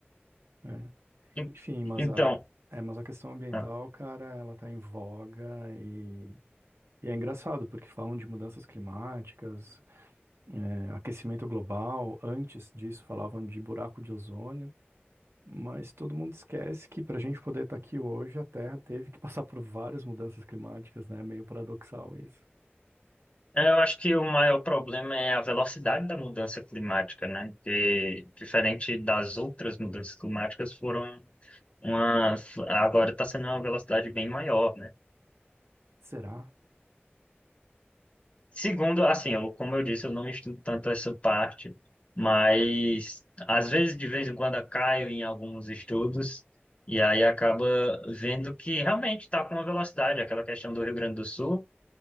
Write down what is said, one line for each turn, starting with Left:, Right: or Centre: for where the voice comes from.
Right: É.
Left: En-
Right: Enfim,
Left: Então.
Right: mas a, é, mas a questão ambiental,
Left: ah.
Right: cara, ela tá em voga e, e é engraçado, porque falam de mudanças climáticas, é, aquecimento global, antes disso falavam de buraco de ozônio, mas todo mundo esquece que para a gente poder estar aqui hoje, a Terra teve que <laughs> passar por várias mudanças climáticas, né? É Meio paradoxal isso.
Left: É, Eu acho que o maior problema é a velocidade da mudança climática, né? Que, diferente das outras mudanças climáticas, foram uma. Agora está sendo uma velocidade bem maior, né?
Right: Será?
Left: Segundo, assim, eu, como eu disse, eu não estudo tanto essa parte, mas às vezes, de vez em quando, eu caio em alguns estudos e aí acaba vendo que realmente está com uma velocidade, aquela questão do Rio Grande do Sul.